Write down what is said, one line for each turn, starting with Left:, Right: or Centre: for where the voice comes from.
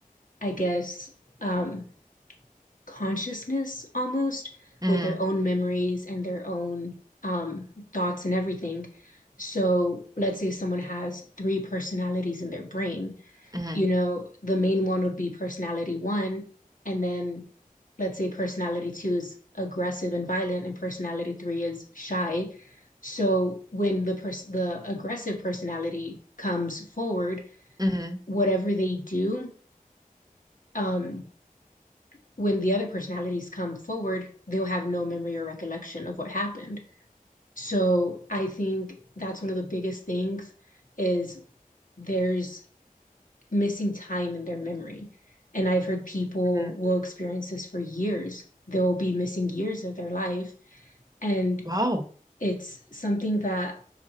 Left: I guess, um, consciousness almost
Right: Mm-hmm.
Left: with their own memories and their own um, thoughts and everything. So let's say someone has three personalities in their brain
Right: Mm-hmm.
Left: you know, the main one would be personality one. And then let's say personality two is aggressive and violent, and personality three is shy. So when the pers- the aggressive personality comes forward,
Right: mm-hmm,
Left: whatever they do, um, when the other personalities come forward, they'll have no memory or recollection of what happened. So I think that's one of the biggest things is there's missing time in their memory. And I've heard people
Right: mm-hmm.
Left: will experience this for years. They will be missing years of their life. And
Right: Wow.
Left: it's something that